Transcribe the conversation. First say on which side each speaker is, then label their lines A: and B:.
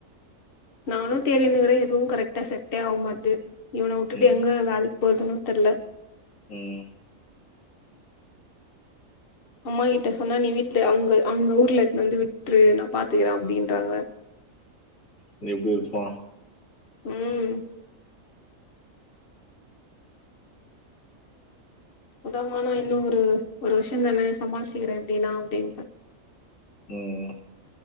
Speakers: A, on the left; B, on the left.
A: நானு தேடினுக்குறே எதுவு கரெக்டா செட்டே ஆக மாட்டேது இவன விட்டுட்டு
B: ம்
A: எங்க வேலைக்கு போறதுன்னு தெர்ல
B: ம்
A: அம்மா கிட்ட சொன்னா நீ வீட்டு அங்க அங்க ஊர்ல வந்து விட்ரு நா பாத்துக்கிறே அப்டின்றாங்க
B: இங்க எப்டி இருக்கோ
A: ம் உதாவானா என்ன ஒரு ஒரு வருஷந்தானே சமாளுச்சுக்குறே எப்படின்னா அப்டின்டா
B: ம்